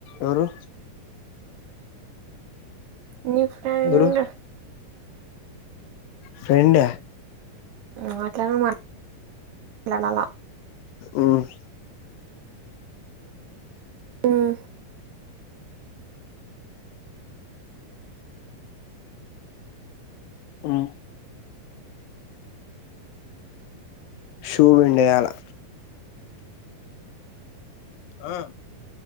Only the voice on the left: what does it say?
ఎవరు.
ఎవరు ఫ్రెండా.
ఉమ్.
ఉమ్. షూ పిండేయాలి. ఆహ్.